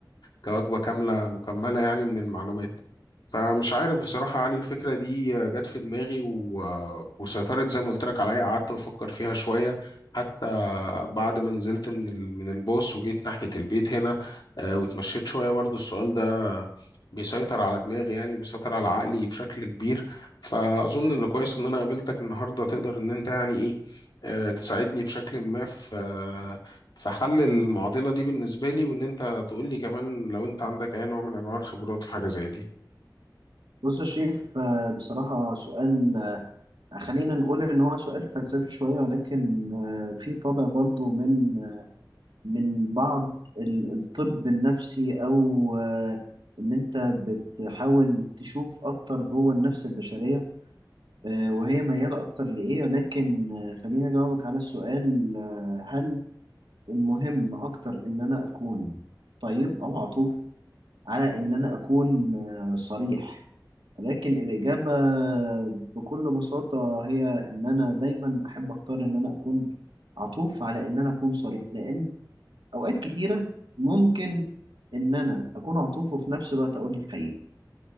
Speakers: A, on the left (about 65°); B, on the right (about 85°).
A: كوجبه كامله مكمله يعني من المعلومات فمش عارف بصراحه يا علي الفكره دي جت في دماغي و... وسيطرت زي ما قلت لك عليا قعدت بفكر فيها شويه حتى بعد ما نزلت من ال... من الباص وجيت ناحيه البيت هنا آه، واتمشيت شويه برضو السؤال ده بيسيطر على دماغي يعني بيسيطر على عقلي بشكل كبير فاظن انه كويس ان انا قابلتك النهارده تقدر ان انت يعني ايه آه، تساعدني بشكل ما في آه، في حل المعضلة دي بالنسبة لي وإن أنت تقول لي كمان لو أنت عندك أي نوع من أنواع الخبرات في حاجة زي دي
B: بص يا شريف آه، بصراحة سؤال آه، خلينا نقول إن هو سؤال فلسفي شوية ولكن آه، في طابع برضو من من بعض ال- الطب النفسي أو آه، إن أنت بتحاول تشوف أكتر جوه النفس البشرية آه، وهي ميالة أكتر لإيه ولكن آه، خليني أجاوبك على السؤال آه، هل المهم أكتر إن أنا أكون طيب أو عطوف على إن أنا أكون آه، صريح لكن الإجابة بكل بساطة هي إن أنا دايما أحب أختار إن أنا أكون عطوف على إن أنا أكون صريح لأن أوقات كتيرة ممكن إن أنا أكون عطوف وفي نفس الوقت أقول الحقيقة